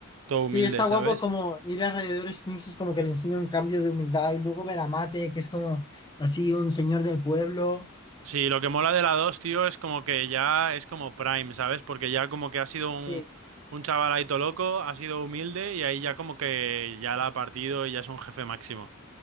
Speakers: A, on the right; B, on the left.
A: todo humilde,
B: Sí, está
A: ¿sabes?
B: guapo como ir a alrededores mixtos, como que le enseña un cambio de humildad y luego ver a Mate, que es como así un señor del pueblo.
A: Sí, lo que mola de la 2, tío, es como que ya es como Prime, ¿sabes? Porque ya como que ha sido un,
B: Sí,
A: un chaval ahí todo loco, ha sido humilde y ahí ya como que ya la ha partido y ya es un jefe máximo.